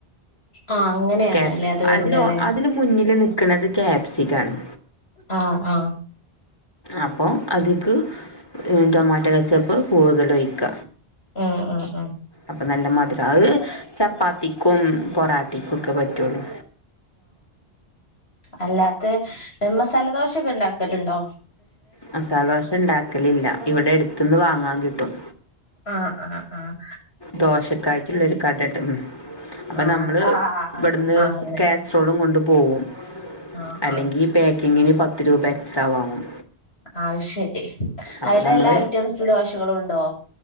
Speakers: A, on the left; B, on the left.
A: ആഹ് അങ്ങനെയാണല്ലേ
B: കാപ്സിക്
A: അത് വരുന്നല്ലേ
B: അതിലോ അതില് മുന്നില് നിക്കണത് ക്യാപ്സികാണ്.
A: ആഹ്‌ ആ.
B: അപ്പൊ അതിക്ക് ടൊമാറ്റൊ കച്ചപ്പ് കൂടുതലൊഴിക്ക.
A: മം മം മം.
B: അപ്പ നല്ല മധുര അത് ചപ്പാത്തിക്കും പൊറാട്ടിക്കൊക്കെ പറ്റൊള്ളൂ.
A: അല്ലാത്ത മസാലദോശൊക്കെ ഇണ്ടാക്കലണ്ടോ?
B: മസാലദോശ ഇണ്ടാക്കലില്ല ഇവിടെ എടത്തിന്ന് വാങ്ങാൻ കിട്ടും.
A: ആഹ്‌ ആഹ്‌ ആഹ്‌
B: ദോശക്കായിട്ടിള്ളൊരു കട ഇണ്ട് മം. അപ്പം
A: ആഹ്
B: നമ്മള്
A: അത് ആഹ് ആഹ്
B: ഇവടന്ന്
A: ആഹ് അങ്ങനെ
B: കാസ്രോളും കൊണ്ട് പോവും
A: ആഹ്
B: അല്ലെങ്കി
A: ആഹ്
B: ഈ പേക്കിങ്ങിന് പത്ത് രൂപ എക്സ്ട്രാ വാങ്ങും.
A: അയ്ശരി
B: അപ്പം
A: അയില്
B: നമ്മൾ
A: എല്ലാ ഐറ്റംസ് ദോശകളും ഉണ്ടോ?